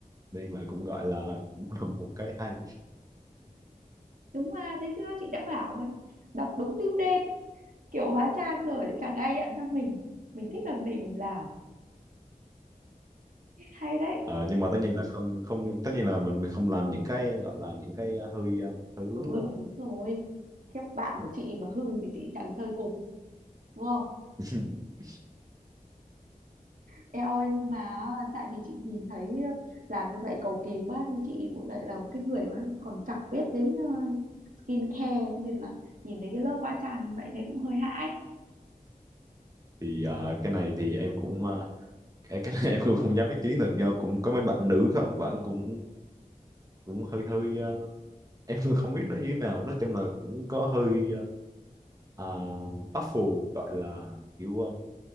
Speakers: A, on the right (about 25°); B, on the right (about 65°).
A: nên là cũng gọi là cũng là một cái hay
B: đúng mà thấy chưa chị đã bảo rồi. đọc đúng tim đen kiểu hóa trang rồi chẳng ai nhận ra mình mình thích làm gì mình làm hay đấy
A: Ờ, nhưng mà tất nhiên là không không tất nhiên là mình không làm những cái gọi là những cái ờ, hơi ờ, hơi hướng
B: ừ
A: ờ,
B: thì đúng rồi các bạn
A: ngược.
B: của chị mà hư thì chị chẳng chơi cùng đúng không
A: <laughs>
B: em ơi nhưng mà tại vì chị nhìn thấy làm như vậy cầu kỳ quá nhưng chị lại là một cái người mà còn chẳng biết đến ờ, skincare nên là nhìn thấy cái lớp hóa trang như vậy thấy cũng hơi hãi
A: thì ờ, cái này thì em cũng ờ, cái cái này <laughs> em cũng không dám ý kiến được do cũng có mấy bạn nữ không bạn cũng cũng hơi hơi ờ, <laughs> em cũng không biết nó như thế nào nói chung là cũng có hơi uh, baffled gọi là kiểu ờ,